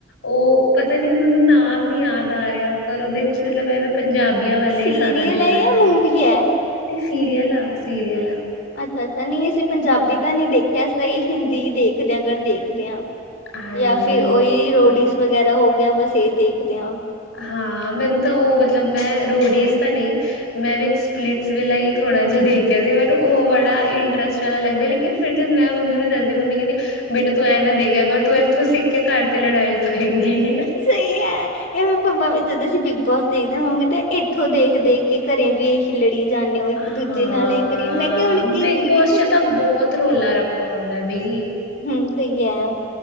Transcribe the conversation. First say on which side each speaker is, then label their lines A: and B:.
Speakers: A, on the left; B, on the left.
A: ਉਹ ਪਤਾ ਨੀ ਹ ਮੈਨੂੰ ਨਾਮ ਨੀ ਯਾਦ ਆ ਰਿਹਾ, ਪਰ ਉਹਦੇ 'ਚ ਮਤਲਬ ਐਵੇਂ ਪੰਜਾਬੀ ਵਾਲਾ
B: ਸੀਰੀਅਲ
A: ਹੀ ਸਾਰਾ ਦਿਖਾਇਆ
B: ਹੈ ਜਾਂ
A: ਸੀ,
B: ਮੂਵੀ ਹੈ
A: ਨਹੀਂ ਸੀਰੀਅਲ ਆ, ਸੀਰੀਅਲ ਆ।
B: ਅੱਛਾ ਅੱਛਾ ਨਹੀਂ ਅਸੀਂ ਪੰਜਾਬੀ ਤਾਂ ਨੀ ਦੇਖਿਆ, ਤਾਂਹੀ ਹਿੰਦੀ ਦੇਖਦੇਿਆਂ ਅਗਰ ਦੇਖਦੇ ਹਾਂ।
A: ਹਾਂਜੀ
B: ਜਾਂ ਫਿਰ ਉਹੀ
A: ਓਕੇ
B: ਰੋਡੀਸ
A: ਓਕੇ
B: ਵਗੈਰਾ ਹੋ ਗਿਆ, ਬਸ ਇਹ ਦੇਖਦੇ ਹਾਂ।
A: ਹਾਂ ਮੈਨੂੰ ਤਾਂ ਉਹ ਮਤਲਬ ਮੈਂ ਰੋਡੀਜ਼ ਤਾਂ ਨਹੀਂ, ਮੈਂ ਵਿੱਚ ਸਪਲਿਟਸ ਵੇਲਾ ਹੀ ਥੋੜਾ ਜਿਹਾ ਦੇਖਿਆ ਸੀ, ਮੈਨੂੰ ਉਹ ਬੜਾ ਇੰਟਰਸਟ ਵਾਲਾ ਲੱਗਦਾ ਲੇਕਿਨ ਫਿਰ ਜਦ ਮੈਂ ਮੰਮੀ ਨੂੰ ਦੱਸਦੀ, ਮੰਮੀ ਕਹਿੰਦੀ ਬੇਟਾ ਤੂੰ ਐ ਨਾ ਦੇਖਿਆ ਕਰ, ਤੂੰ ਇੱਥੋਂ ਸਿੱਖ ਘਰ ਤੇ ਲੜਾਈ ਪਾਏਗੀ ਹੀ।
B: ਸਹੀ ਹੈ। ਇਹਵੇ ਮੰਮਾ ਵੇਖਦੇ ਦੇ ਸੀ ਬਿਗ ਬੋਸ ਦੇਖਦੇ ਹ, ਮੰਮਾ ਕਹਿੰਦੇ ਇੱਥੋਂ ਦੇਖ ਦੇਖ ਕੇ ਘਰੇ ਵੀ ਇਹੀ ਕਿ ਲੜੀ ਜਾਂਦੇ ਹੋ ਇੱਕ
A: ਹਾਂ
B: ਦੂਜੇ ਨਾਲ ਕਰੀ ਏ, ਮੈਂ ਕਿਹਾ ਹੁਣ ਕੀ
A: ਬਿਗ
B: ਕਰੀਏ?
A: ਬੋਸ ਚ ਤਾਂ ਬਹੁਤ ਰੋਲਾ ਰੱਪਾ ਆਉਂਦਾ ਬਈ
B: ਹਮ ਸਹੀ ਹੈ,